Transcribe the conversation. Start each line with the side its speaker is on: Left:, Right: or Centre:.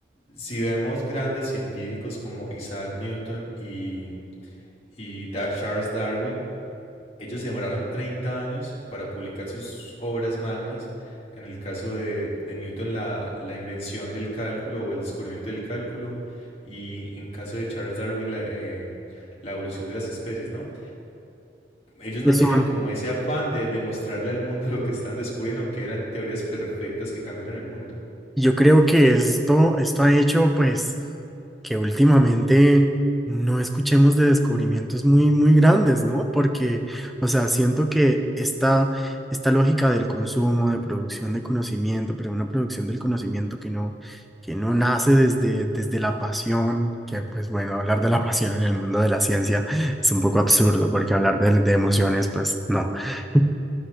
Left: Si vemos grandes científicos como Isaac Newton y, y Da- Charles Darwin, ellos se demoraron 30 años para publicar sus obras magnas. En el caso de, de Newton, la, la invención del cálculo o el descubrimiento del cálculo. Y en caso de Charles Darwin, la, eh, la evolución de las especies, ¿no? Ellos
Centre: es
Left: no tenían
Centre: un-
Left: como ese afán de demostrarle al mundo <laughs> lo que estaban descubriendo, aunque eran teorías perfectas que cambiaron el mundo.
Centre: Yo creo que esto, esto ha hecho pues que últimamente no escuchemos de descubrimientos muy, muy grandes, ¿no? Porque, o sea, siento que esta, esta lógica del consumo, de producción de conocimiento, pero una producción del conocimiento que no, que no nace desde, desde la pasión, que pues bueno, hablar de la <laughs> pasión en el mundo de la ciencia es un poco absurdo, porque hablar de, de emociones, pues no. <laughs>